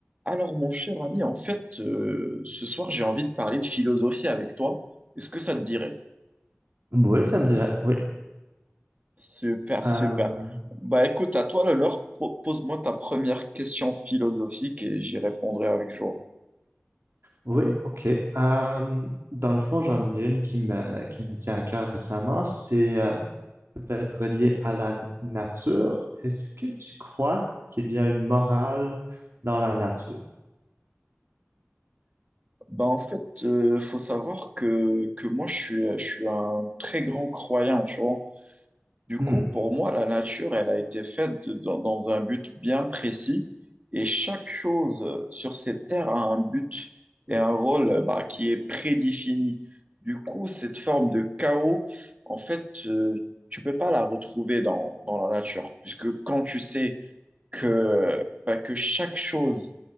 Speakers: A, on the right; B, on the right.
A: Alors, mon cher ami, en fait, euh, ce soir, j'ai envie de parler de philosophie avec toi. Est-ce que ça te dirait?
B: Oui, ça me dirait. Oui.
A: Super,
B: Euh,
A: super. Bah écoute, à toi l'honneur, Po- pose-moi ta première question philosophique et j'y répondrai avec joie.
B: oui, OK. Euh, dans le fond, j'en ai une qui me, qui me tient à cœur récemment. C'est euh, peut-être relié à la nature. Est-ce que tu crois qu'il y a une morale dans la nature?
A: Bah en fait, euh, faut savoir que, que moi, je suis, je suis un très grand croyant, tu vois. Du coup,
B: Hmm.
A: pour moi, la nature, elle a été faite dans, dans un but bien précis et chaque chose euh, sur cette terre a un but et un rôle euh, bah, qui est prédéfini. Du coup, cette forme de chaos, en fait, euh, tu peux pas la retrouver dans, dans la nature, puisque quand tu sais que, bah, que chaque chose